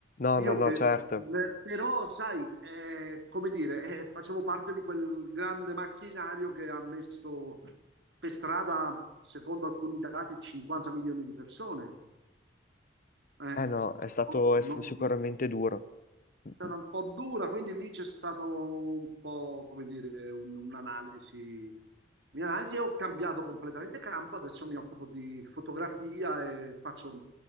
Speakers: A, on the left; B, on the right.
A: No,
B: io
A: no, no,
B: che...
A: certo.
B: Però, sai, eh, come dire, eh, facevo parte di quel grande macchinario che ha messo per strada, secondo alcuni dati, 50 milioni di persone. Eh,
A: Eh no, è stato,
B: no-
A: è stato sicuramente
B: no,
A: duro. Mm,
B: stata
A: mm.
B: un po' dura, quindi lì c'è stato un po', come dire, un- un'analisi. Un'analisi e ho cambiato completamente campo, adesso mi occupo di fotografia e faccio